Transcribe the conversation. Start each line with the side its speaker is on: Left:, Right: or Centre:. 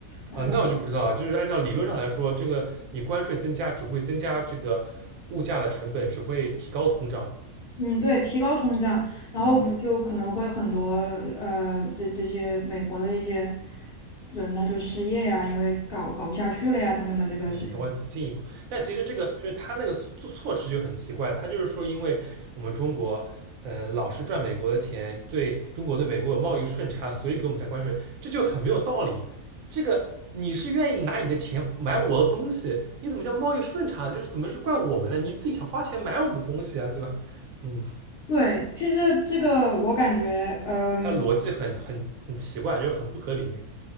Left: 达到，
Right: 啊？那我就不知道了。就是按照理论上来说，这个你关税增加只会增加这个物价的成本，只会提高通胀。
Left: 嗯，对，提高通胀，然后不就可能会很多呃，
Right: 嗯，
Left: 这这些美国的一些人他就失业呀，因为搞搞不下去了呀，他们的这个生意。
Right: 嗯，中关进一步，但其实这个就是他那个措措施就很奇怪，他就是说，因为我们中国，嗯，老是赚美国的钱，对中国对美国有贸易顺差，所以给我们加关税，这就很没有道理。这个你是愿意拿你的钱买我的东西，你怎么叫贸易顺差？就是怎么是怪我们呢？你自己想花钱买我们东西啊，对吧？嗯，
Left: 对，其实这个我感觉，嗯，
Right: 他的逻辑很很很奇怪，就很不可理喻。